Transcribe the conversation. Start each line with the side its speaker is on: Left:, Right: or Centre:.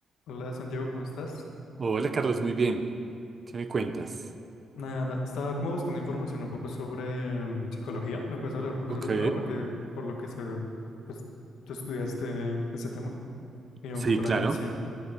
Left: Hola Santiago, ¿cómo estás?
Right: Hola Carlos, muy bien. ¿Qué me cuentas?
Left: Nada, estaba como buscando información un poco sobre mm, psicología. ¿Me puedes hablar un poco
Right: Ok,
Left: sobre el tema? Porque por lo que se ve, pues tú estudiaste ese tema y me llama
Right: sí,
Left: un poco la
Right: claro.
Left: atención.